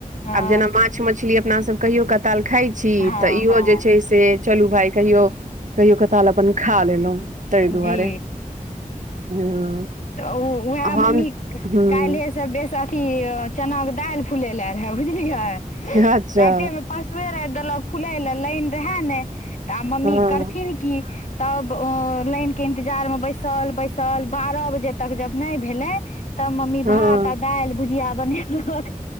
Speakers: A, on the left; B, on the right.
A: हँ
B: आब जेना माछ -मछली, अपना सब कहियो कताल खाय छी,
A: हँ
B: तऽ इहो
A: हँ
B: जे छै से चलू भाय कहियो -कहियो कताल अपन खा लेलहुँ, तहि दुआरे
A: जी
B: हँ
A: तऽ उ उहै
B: हम
A: मम्मी
B: हूँ
A: काइल्हे स् बेस अथी चना के दाइल फुलै लै रहै बुझलियै
B: अच्छा
A: राइते में परसूए राइख देलक फुलय लै लाइन रहै नै तऽ आब मम्मी
B: हँ
A: करथिन की तब ओ लाइन के इंतजार में बैसल-बैसल बारह बजे तक जब नैय भेलै तब मम्मी
B: हँ
A: भात आ दाइल भुजिया बनेलक।